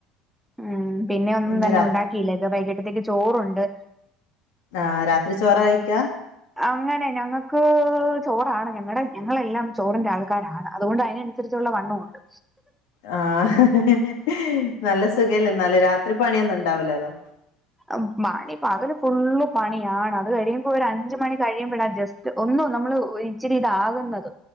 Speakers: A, in the centre; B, on the left.
A: ഉം പിന്നെ ഒന്നും
B: ഇന്ന്
A: തന്നെ
B: രാ
A: ഉണ്ടാക്കിയില്ല ഇത് വൈകിട്ടത്തേക്ക് ചോറുണ്ട്
B: ആഹ് രാത്രി ചോറ കഴിക്കാ
A: അങ്ങനെ ഞങ്ങക്ക് ചോറാണ് ഞങ്ങടെ ഞങ്ങളെല്ലാം ചോറിന്റെ ആൾക്കാരാണ്. അതുകൊണ്ട് അയിനൻ രിച്ചുള്ള വണ്ണമുണ്ട്.
B: ആഹ് ഹ് ഹ് നല്ല സുഖല്ലെ ഇന്നാല് രാത്രി പണിയൊന്നും ഉണ്ടാവുല്ലല്ലോ.
A: അ മണി പകല് ഫുള്ള് പണിയാണ് അത് കഴിയുമ്പോ ഒരു അഞ്ച് മണി കഴിയുമ്പോളാ ജസ്റ്റ് ഒന്നോ നമ്മള് ഇച്ചിരി ഇതാകുന്നത്